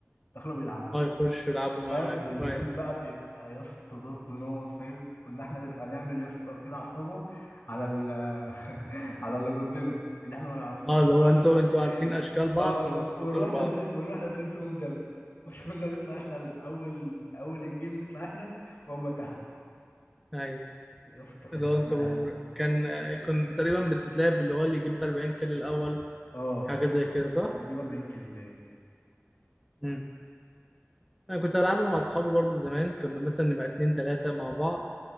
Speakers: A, on the left; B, in the centre.
A: دخلوا بيلعبوا
B: اه يخشوا يلعبوا معاك
A: فاهم والجيم
B: أيوة.
A: بقى بيبقى يا اسطى ضرب نار فاهم كنا احنا نبقى نعمل يا اسطى كده عصابه على ال <laughs> على اللي ضدنا اللي احنا ما نعرفهمش
B: اه اللي
A: ونروح
B: هو انتوا
A: نز...
B: انتوا عارفين اشكال بعض
A: اه
B: فما تموتوش
A: ونروح
B: بعض
A: نازلين ونروح نازلين فيهم دب <laughs> وكنا نطلع احنا الاول اول الجيم نطلع احنا وهم تحت
B: ايوه
A: يا اسطى كانت
B: اللي هو
A: العاب
B: انتوا كان كنت تقريبا بتتلعب اللي هو اللي يجيب 40 كيلو الاول
A: اه
B: حاجه زي كده صح؟
A: اللي يجيب 40 كيلو
B: مم. انا كنت العبه مع اصحابي برضو زمان كنا مثلا نبقى اتنين تلاتة مع بعض